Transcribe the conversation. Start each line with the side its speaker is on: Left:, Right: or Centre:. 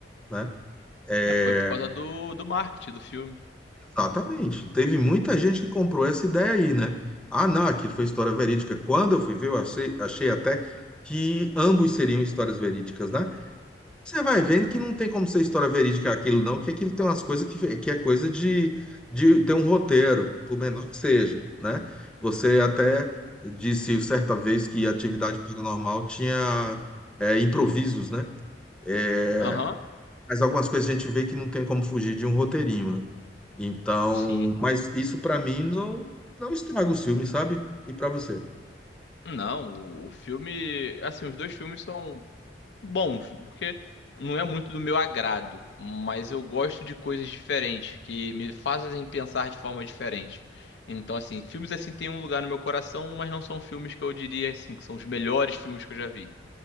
Centre: né? É,
Left: É, foi por causa do, do marketing do filme.
Centre: Exatamente. Teve muita gente que comprou essa ideia aí, né? Ah, não, aquilo foi história verídica. Quando eu fui ver, eu achei, achei até que ambos seriam histórias verídicas, né? Você vai vendo que não tem como ser história verídica aquilo, não, que aquilo tem umas coisas que, que é coisa de, de ter um roteiro, por menor que seja, né? Você até disse certa vez que atividade paranormal tinha é, improvisos, né? É,
Left: Aham,
Centre: mas algumas coisas a gente vê que não tem como fugir de um roteirinho, né? Então,
Left: sim.
Centre: mas isso pra mim não não estraga o filme, sabe? E pra você?
Left: Não, o o filme, assim, os dois filmes são bons, porque não é muito do meu agrado, mas eu gosto de coisas diferentes que me fazem pensar de forma diferente. Então, assim, filmes assim têm um lugar no meu coração, mas não são filmes que eu diria assim que são os melhores filmes que eu já vi.